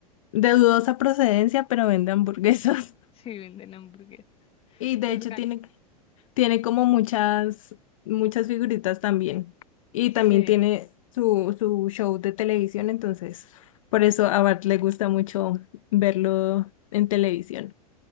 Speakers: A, on the left; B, on the left.
A: De dudosa procedencia, pero vende hamburguesas. <laughs>
B: <laughs> Sí, venden hamburguesas.
A: Y de
B: Entonces
A: hecho
B: gana.
A: tiene Tiene como muchas, muchas figuritas también. Y
B: Sí,
A: también tiene su, su show de televisión, entonces por eso a Bart le gusta mucho verlo en televisión.